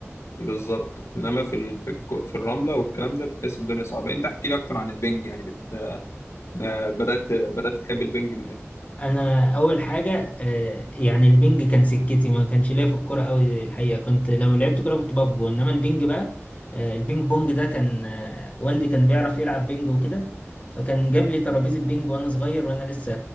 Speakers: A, on the left; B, on the left.
A: بالظبط انما في ال... في, الك... في الرمله والكلام ده بتحس الدنيا صعبه انت احكي لي اكتر عن البنج يعني بت... آه، بدات بدات تحب البنج من امتى
B: انا اول حاجه آه، يعني البنج كان سكتي ما كانش ليا في الكوره قوي الحقيقه كنت لو لعبت كوره كنت بقف جون انما البنج بقى آه، البينج بونج ده كان آه، والدي كان بيعرف يلعب بينج وكده فكان جاب لي ترابيزه بينج وانا صغير وانا لسه